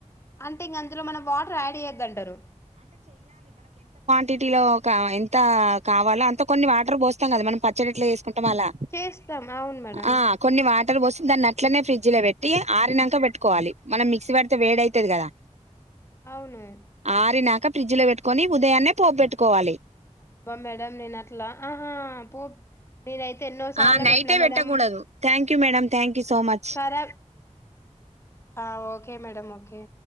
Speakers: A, on the left; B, on the right.
A: అంటే ఇంకా అందులో మనం వాటర్ యాడ్ చెయ్యొద్ద అంటారు
B: దింట్లో ఒక ఆమ ఎంత కావాలో అంత కొన్ని వాటర్ పోస్తాం కదా మన పచ్చడి ఎట్లా చెస్ కుంటామలా
A: చేస్తాం అవును మేడం
B: ఆ కొన్ని వ టర్ పోసి దాన్ని అట్లనే ఫ్రిడ్జ్ లో పెట్టి ఆరినాక పెట్టుకోవాలి మనం మిక్సీ పడితే వేడి అవుతుది కదా
A: అవును
B: ఆరినాక ఫ్రిడ్జ్ లో పెట్టుకొని ఉదయాన్నే పోపు పెట్టుకోవాలి
A: అబ్బా మేడం నట్లా ఆహా పో నేనైతే ఎన్నో సార్లు
B: ఆ నైటే
A: పెట్టినా మేడం
B: పెట్టకూడదు thank you madam thank you so much
A: సరే ఆ ఓకే మేడ ఓకే